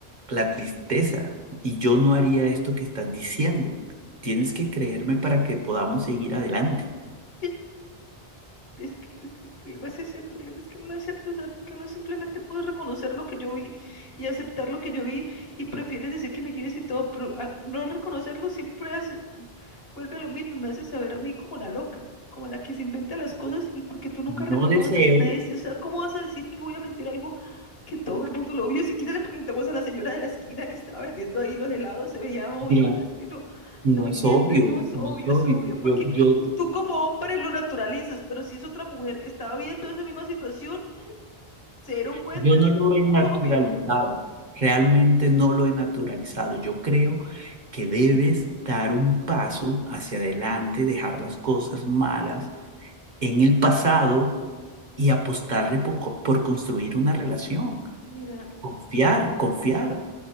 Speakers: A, on the right; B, on the left.
A: la tristeza. Y yo no haría esto que estás diciendo. Tienes que creerme para que podamos seguir adelante.
B: y Es que, es que el problema es ese, el problema es que no la aceptas, ¿sabes? Porque no simplemente puedes reconocer lo que yo vi y aceptar lo que yo vi y prefieres decir que me quieres y todo, pero al no reconocerlo siempre hace, vuelve a lo mismo, me hace saber a mí como la loca, como la que se inventa las cosas y porque tú nunca reconoces
A: No deseo,
B: y me dices, "Ah, ¿cómo vas a decir que voy a mentir algo que todo el mundo lo vio? Si quieres le preguntamos a la señora de la esquina que estaba vendiendo ahí los helados, se veía obvio,
A: mira,
B: es que no,
A: no
B: no entiendes,
A: es obvio,
B: no es
A: no
B: obvio,
A: es obvio.
B: es obvio, porque
A: Yo, yo
B: Tú como hombre lo naturalizas, pero si es otra mujer que estaba viendo esa misma situación, se dieron cuenta,
A: Yo no
B: es
A: lo
B: muy
A: he naturalizado,
B: obvio.
A: realmente no lo he naturalizado. Yo creo que debes dar un paso hacia adelante, dejar las cosas malas en el pasado y apostarle por, co- por construir una relación.
B: Mira,
A: Confiar, confiar.